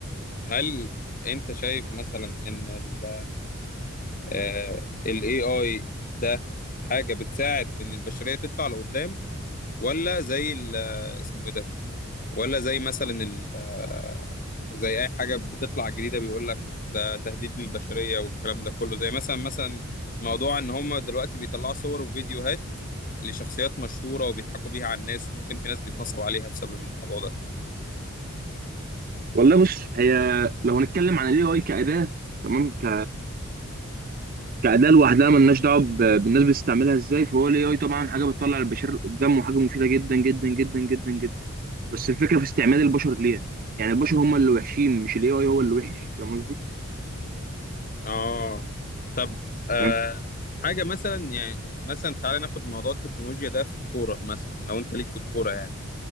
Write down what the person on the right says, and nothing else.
والله بص هي لو هنتكلم عن الاي اي كاداه تمام ك كاداه لوحدها ملناش دعوه ب... بالناس بتستعملها ازاي فهو الاي اي طبعا حاجه بتطلع البشر لقدام وحاجه مفيده جدا جدا جدا جدا جدا بس الفكره في استعمال البشر ليها يعني البشر هم اللي وحشين مش الاي اي هو اللي وحش فاهم قصدي
فاهم